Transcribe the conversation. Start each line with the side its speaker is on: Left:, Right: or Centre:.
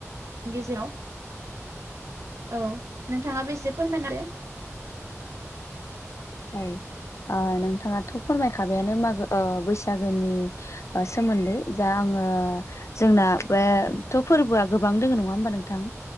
Right: गेजेराव औ नोंथाङाबो एसे फोरमायना होदो
Left: औ नोंथाङाथ' फोरमायखाबायानो मागो बैसागोनि सोमोन्दै जा आङो जोंना बेथ' फोरबोआ गोबां दोङो नङा होमबा नोंथां